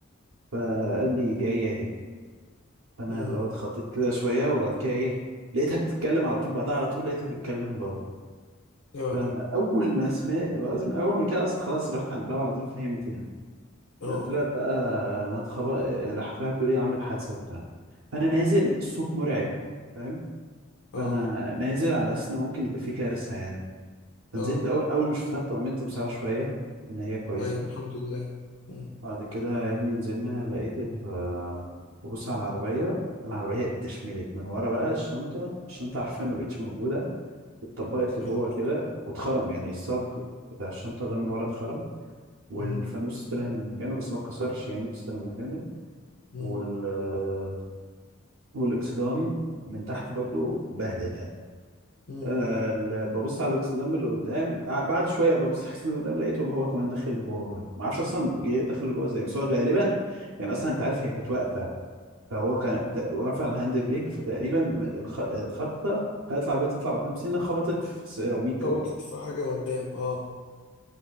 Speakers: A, on the right; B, on the left.
A: فقال لي جايه اهي فانا
B: امم
A: اللي هو اتخضيت كده شويه وبعد كده ايه لقيتها بتتكلم على طول بعدها على طول لقيتها بتتكلم بابا
B: اه
A: فاول ما سمعت لازم اول ما كده اصلا خلاص رحت عند بابا على طول فهمت يعني
B: اه
A: طلع بقى انا هتخبط راح طلع بيقول ايه عملت حادثه وبتاع فانا نازل الصوت مرعب فاهم
B: اه
A: فانا نازل على اساس ان ممكن يبقى في كارثه يعني فنزلت
B: اه
A: اول اول ما شفتها اطمنت بصراحه شويه ان هي كويسه
B: ايوه الحمد لله امم
A: بعد كده يا ابني نزلنا لقيت ال ببص على العربيه العربيه اتدشملت من ورا بقى الشنطه الشنطه حرفيا ما بقتش موجوده اتطبقت لجوه
B: يا نهار
A: كده واتخرم يعني الصاج بتاع الشنطه ده من ورا اتخرم والفانوس
B: امم
A: طلع من مكانه بس ما اتكسرش يعني بس طلع من مكانه
B: امم
A: وال والاكسدام من تحت برضو بهدل يعني
B: امم
A: آه ال- ببص على الاكسدام اللي قدام ع- بعد شويه ببص على الاكسدام اللي قدام لقيته هو كمان داخل لجوه برضه ما اعرفش اصلا جه داخل لجوه ازاي بس هو غالبا يعني اصلا انت
B: أمم.
A: عارف هي كانت واقفه فهو كان ت- رفع الهاند بريك فتقريبا الخ... الخبطه خلت العربيه تطلع قدام سنه خبطت في سيراميك
B: خبطت
A: قد-
B: في حاجه قدام اه